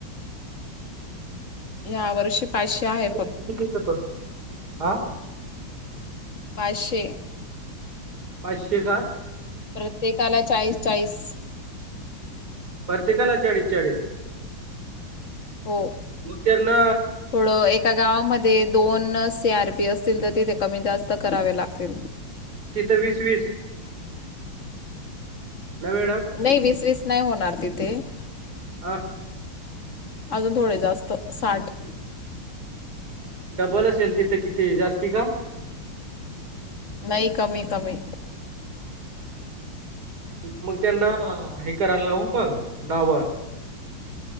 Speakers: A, on the left (about 40°); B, on the right (about 50°).
A: या्या वर्षी पाचशे आहे,
B: या वर्षी किती देतो हा
A: पाचशे
B: पाचशे का.
A: प्रत्येकाला चाळीस चाळीस
B: परतीकला चाळीस चाळीस.
A: हो
B: मग त्यांना
A: थोडं एका गावामध्ये ते दोन सीआरपी असतील तर तिथे कमी जास्त करावे लागतील.
B: तिथं वीस वीस ना मॅडम
A: नाही वीस वीस नाही होणार तिथे.
B: आ.
A: अजून थोडे जास्त साठ.
B: डबल असेल तिथं किती जास्ती का?
A: नाही कमी कमी.
B: ठीक मग त्यांना हे करायला लावू मग दहावा.